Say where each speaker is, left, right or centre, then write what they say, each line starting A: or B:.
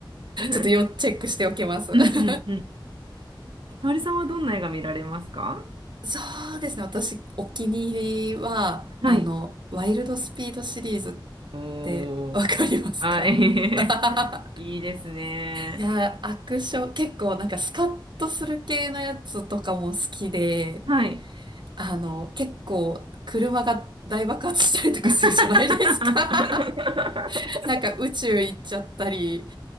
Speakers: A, on the right; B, on the right.
A: <laughs> うん、
B: ょっと要チェックしておきます。
A: うん、
B: <laughs>
A: うん。沙織さんはどんな映画見られますか
B: そうですね。私、お気に入りは、
A: はい。
B: あの、ワイルドスピードシリーズってわかりますか
A: おー。はい。
B: <laughs>
A: <laughs> いいですね。
B: いやー、アクション、結構なんかスカッとする系のやつとかも好きで、
A: はい。
B: あの、結構車が大爆発したりとかするじゃないですか。
A: <laughs>
B: <laughs> なんか宇宙行っちゃったり、